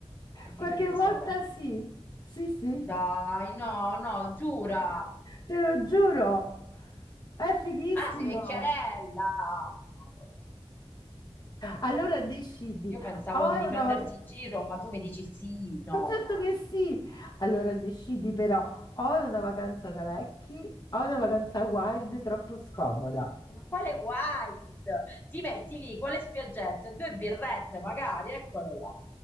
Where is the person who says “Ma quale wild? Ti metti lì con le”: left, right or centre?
Left